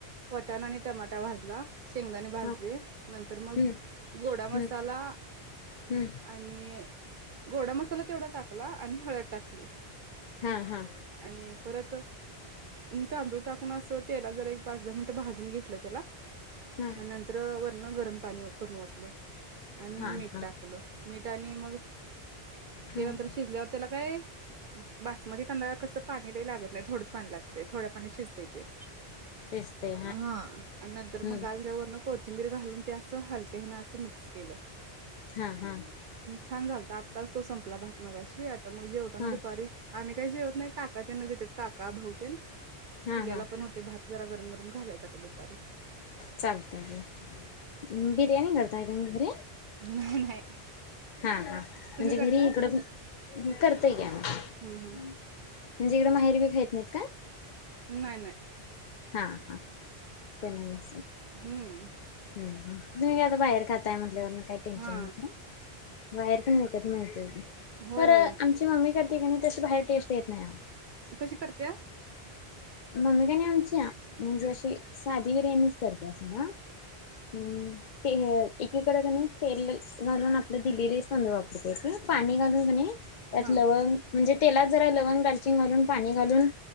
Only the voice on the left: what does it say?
हा
हम्म
हम्म हम्म
हा हा हम्म
हा
हा
हा
हम्म
तेच ते
हम्म
हा हा
हा
हा हा
चालते आहेम बिर्याणी करताय मग घरी
हा ह म्हणजे
घरी इकडं पण करतय की आम्ही
म्हणजे इकडं माहेरी ब खायत नाहीत का
हा हा ते
तुम्ही आता बाहेर खाताय म्हंटल्यावर काही टेन्शन
नाही खरा बाहेर पण विकत मिळते की
तर
आमची मम्मी करते की नाही त्यास बाहेर टेस्ट येत नाही
मम्मी का आणि आमची म्हणजे अशी साधी बिर्याणीच करते अस ह हम्म ते एकीकडे कणी तेल घालून आपलं दिल्ली रईस तांदूळ वापरते क पाणी घालून कनी त्यात
लवंग म्हणजे तेलात जरा लवण दलाची घालून पाणी घालून